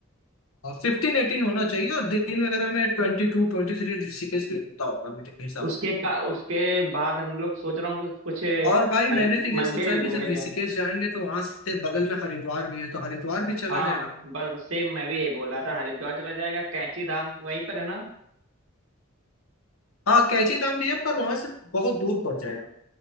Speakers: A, on the left (about 85°); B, on the right (about 70°).
A: फिफ्टीन एटीन होना चाहिए और दिन वगैरह में ट्वेंटी टू ट्वेंटी थ्री ऋषिकेश भी होता होगा मेरे हिसाब
B: उसके
A: से
B: पा, उसके बाद हम लोग सोच रहा हूँ कि कुछ मन,
A: और भाई मैंने तो ये
B: मंदिर
A: सोचा है
B: भी
A: कि
B: घूमे
A: जब ऋषिकेश
B: जाए
A: जाएंगे तो वहां से बगल में हरिद्वार भी है तो हरिद्वार भी
B: हाँ
A: चला जाएगा
B: बस बस सेम मैं भी यही बोल रहा था हरिद्वार चला जाएगा कैंची धाम वहीं पर है ना
A: हाँ कैची धाम भी है पर वहां से बहुत दूर पड़ जाएगा